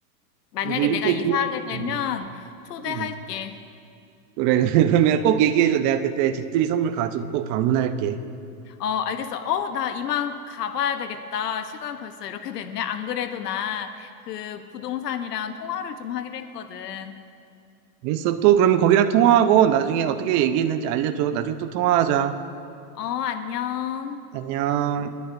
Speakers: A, on the left; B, on the right.
A: 만약에
B: 그래도 이렇게
A: 내가 이사하게
B: 기...
A: 되면
B: 음,
A: 초대할게.
B: 음. 그래 <laughs> 그러면 꼭 얘기해줘. 내가 그때 집들이 선물 가지고 꼭 방문할게.
A: 어, 알겠어. 어, 나 이만 가봐야 되겠다. 시간 벌써 이렇게 됐네. 안 그래도 나 그 부동산이랑 통화를 좀 하기로 했거든.
B: 알겠어. 또 그러면 거기랑 통화하고 나중에 어떻게 얘기했는지 알려줘. 나중에 또 통화하자.
A: 어, 안녕.
B: 안녕.